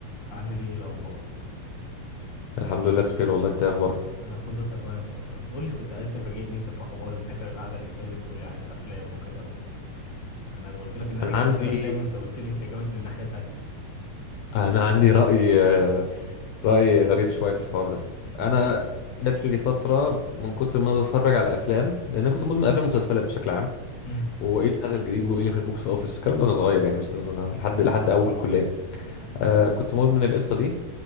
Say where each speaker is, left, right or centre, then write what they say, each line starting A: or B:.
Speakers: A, on the left; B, on the left.
A: عامل ايه إيه الاخبار
B: الحمد لله بخير والله انت ايه اخبارك
A: انا كله تمام والله قول لي كنت عايز تفاجئني انت في حوار من اخر القعده اللي فاتت تقول لي عن الافلام وكده و... انا قلت لك ان انا
B: انا
A: جامد
B: عندي
A: في الافلام انت قلت لي انت جامد من ناحيه تانية
B: انا عندي رأي آه، رأي غريب شوية في الحوار ده
A: ازاي
B: انا
A: بقى
B: جات لي فترة من كتر ما انا بتفرج على افلام لان انا كنت مدمن افلام ومسلسلات بشكل عام
A: امم
B: وايه اللي نازل جديد وايه اللي في البوكس اوفيس الكلام ده وانا صغير يعني مثلا انا لحد لحد اول كلية آه كنت مدمن القصة دي